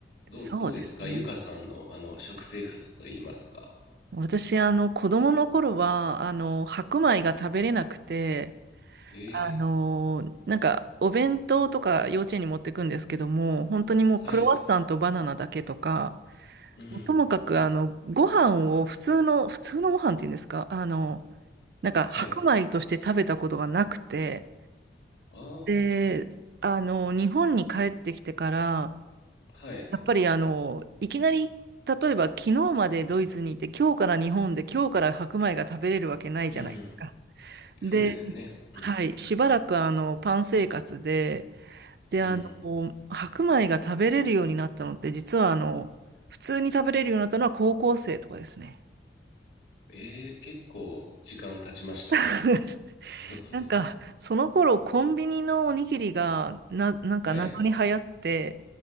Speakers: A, on the left; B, on the right.
A: どう、
B: そうですね。
A: どうですかゆかさんのあの食生活といいますか。
B: 私、あの、子供の頃は、あの、白米が食べれなくて、
A: ええ、
B: あの、なんか、お弁当とか幼稚園に持ってくんですけども、本当にもうクロワッサンとバナナだけとか、
A: はい、うん、
B: もうともかく、あの、ご飯を普通の、普通のご飯っていうんですか、あの、なんか、白米として食べたことがなくて、
A: はい。ああ、
B: で、あの、日本に帰ってきてから、
A: はい、
B: やっぱりあの、いきなり、例えば昨日までドイツにいて、今日から日本で、今日から白米が食べれるわけないじゃないですか。
A: うん、そうですね。
B: で、はい、
A: うん、
B: しばらくあの、パン生活で、で、
A: うん。
B: あの、白米が食べれるようになったのって、実はあの、普通に食べれるようになったのは高校生とかですね。
A: ええ、結構時間経ちましたね。
B: <laughs>
A: <laughs>
B: なんか、その頃、コンビニのおにぎりが、な、なんか謎に流行って、
A: はい、